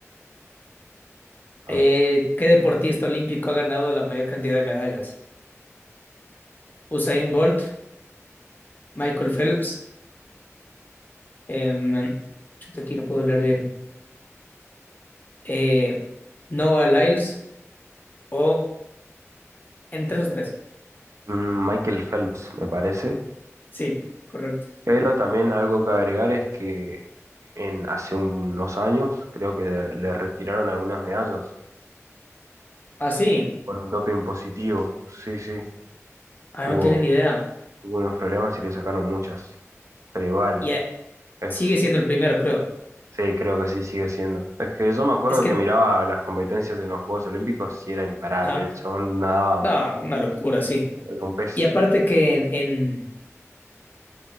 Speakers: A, on the right; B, on the left.
A: A
B: eh,
A: ver,
B: ¿qué deportista olímpico ha ganado la mayor cantidad de medallas? Usain Bolt, Michael Phelps, em, chuta, aquí no puedo leer bien. Eh, Noah Lyles, O en 3 o tres
A: mm, Michael Phelps me parece,
B: Sí, correcto.
A: pero también algo que agregar es que en hace unos años creo que le retiraron algunas medallas
B: Ah, sí.
A: por un doping positivo. Sí, sí,
B: Ah,
A: tuvo,
B: no tienen idea.
A: tuvo unos problemas y le sacaron muchas, pero igual
B: Y eh,
A: es
B: sigue siendo el primero, creo.
A: Sí, creo que sí sigue siendo. Es que yo me acuerdo
B: Es que,
A: que miraba las competencias en los Juegos Olímpicos y era imparable.
B: ajá.
A: El chabón nadaba,
B: No, una locura, sí.
A: era un pez
B: Y aparte que en, en,